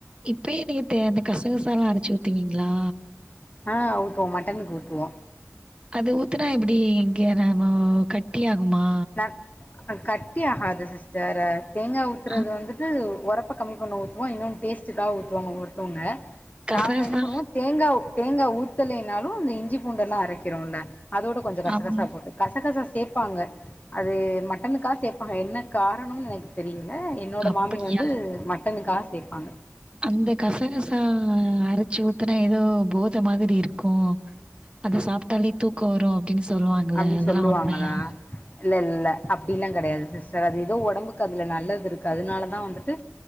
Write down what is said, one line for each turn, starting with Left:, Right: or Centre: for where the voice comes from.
Right: இப்பயு நீங்க தே இந்த கசகசலா அரச்சு ஊத்துவீங்ளா
Left: ஆ ஊத்துவோ மட்டனுக்கு ஊத்துவோ
Right: அது ஊத்தனா எப்டி இங்க நம கட்டி ஆகுமா
Left: ந கட்டி ஆகாது சிஸ்டர் தேங்கா ஊத்துறது
Right: ஆ
Left: வந்துட்டு ஒர ப்ப கம்மி பண்ண ஊத்துவோ இன்னு டேஸ்ட்க்காக ஊத்துவாங்க ஒவ்வொருத்தவுங்க
Right: கசகசா
Left: நாங்க என்ன பண்ணுவோ தேங்கா தேங்கா ஊத்தலைனாலு அந்த இஞ்சி பூண்டெல்லா அரைக்கிறோல அதோட கொஞ்சோ கசகசா
Right: ஆமா
Left: போட்டு கசகசா சேப்பாங்க அது மட்டனுக்கா சேப்பாங்க என்ன காரணுன் தெரில என்னோட
Right: அப்படியா
Left: மாமி வந்து மட்டனுக்காக சேப்பாங்க
Right: அந்த கசகசா அரச்சி ஊத்துனா ஏதோ போத மாதிரி இருக்கு அத சாப்ட்டாலே தூக்க வரு அப்டின்னு சொல்லுவாங்ள
Left: அப்டின்னு
Right: அதெல்லா
Left: சொல்லுவாங்களா
Right: உண்மையா
Left: இல்ல இல்ல அப்டிலா கெடையாது சிஸ்டர் அது ஏதோ ஒடம்புக்கு அதுல நல்லது இருக்கு அதனாலதா வந்துட்டு